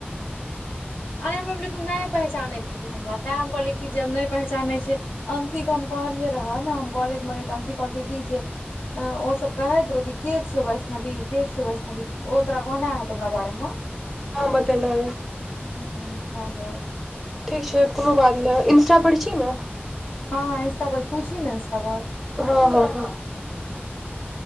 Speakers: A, on the left; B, in the centre.
A: अरे हमरा बेलै तू नैय पहचानैत हेबी हमरा, तैंऽ हम कहलियै कि जेब नहि पहचानै छै अंशी क हम कहलियै रहाऽ न, हम कॉलेज में रहै तऽ अंशी कहलकै की जे अ ओ सब कहैत रहौ कि के छियौ वैष्णवी? के छियौ वैष्णवी? ओ तोरा कहने हेतौ मरा बारे में?
B: ऑं बतेलै
A: हॅं, तैंऽ दुआरे स।
B: ठीक छै, कुनो बात नैय, इंस्टा पर छी ना?
A: हँ-हँ, इन्स्टा पर तू छी ने इन्स्टा पर?
B: हँ-हँ-हँ।